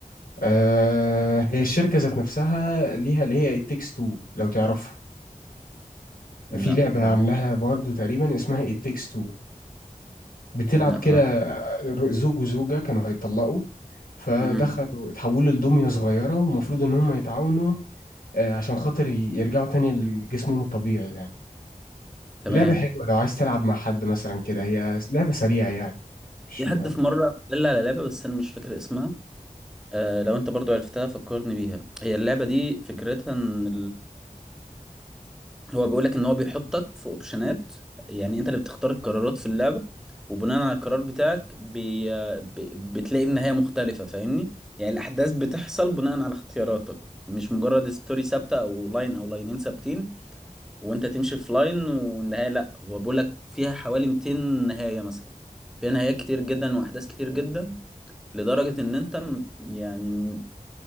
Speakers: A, on the left; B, in the centre.
A: آه هي الشركة ذات نفسها ليها اللي هي التكس 2 لو تعرفها
B: لا
A: في لعبة
B: مم.
A: عاملاها برضو تقريبا اسمها التكس 2 بتلعب
B: لا
A: كده
B: ما اعرف
A: زوج وزوجة كانوا هيطلقوا فدخلوا
B: مهم.
A: اتحولوا لدمية صغيرة ومفروض إن هم يتعاونوا آه، عشان خاطر ي- يرجعوا تاني لجسمهم الطبيعي يعني
B: تمام
A: لعبة حلوة لو عايز تلعب مع حد مثلا كده هي لعبة سريعة يعني مش
B: في
A: م-
B: حد في مره قال لي على لعبه بس انا مش فاكر اسمها آه لو انت برضو عرفتها فكرني بيها هي اللعبه دي فكرتها ان هو بيقول لك ان هو بيحطك في اوبشنات يعني انت اللي بتختار القرارات في اللعبه وبناء على القرار بتاعك بي... ب... بتلاقي النهايه مختلفه فاهمني يعني الاحداث بتحصل بناء على اختياراتك مش مجرد ستوري ثابته او لاين او لاينين ثابتين وانت تمشي في لاين والنهايه لا هو بيقول لك فيها حوالي 200 نهايه مثلا فيها نهايات كتير جدا واحداث كتير جدا لدرجه ان انت م- يعني